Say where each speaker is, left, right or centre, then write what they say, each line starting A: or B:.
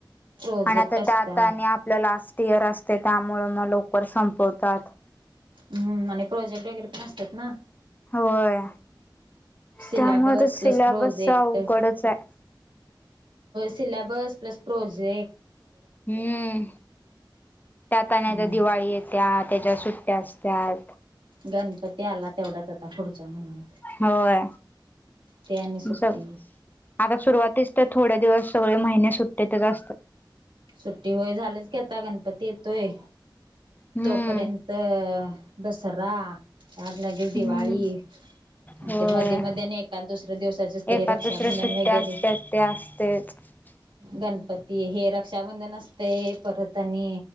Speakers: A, on the right; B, on the left.
A: प्रोजेक्ट
B: आणि आता
A: असतात
B: त्या आता आणि आपलं लास्ट इयर असते त्यामुळे मग लवकर संपवतात.
A: हम् आणि प्रोजेक्ट वगैरे पण असतात ना
B: होय.
A: सिलॅबस
B: त्यामुळे तर
A: प्लस
B: सिलेबस
A: प्रोजेक्ट
B: अवघडच आहे.
A: सिलेबस प्लस प्रोजे
B: हम्म त्यात
A: हम्म
B: आणि दिवाळी येत्या त्याच्या सुट्ट्या असत्या.
A: गणपती आला तेवढाच आता पुढच्या महिन्यात
B: होय
A: ते आणि सुट्टी
B: स आता सुरुवातीच तर थोड्या दिवस सगळे महिने सुट्टतच असतात.
A: सुट्टी होय झालंच की आता गणपती येतोय.
B: हम्म.
A: तोपर्यंत दसरा त्यात लगेच दिवाळी.
B: हम्म होय.
A: ते मध्ये मध्ये आणि एकाद दुसऱ्या दिवसाचेच ते
B: एकाद
A: रक्षाबंधन
B: दुसऱ्या सुट्ट्या
A: वगैरे
B: असत्याच ते <unintelligible>
A: गणपती हेर रक्षाबंधन असते पर्वतनी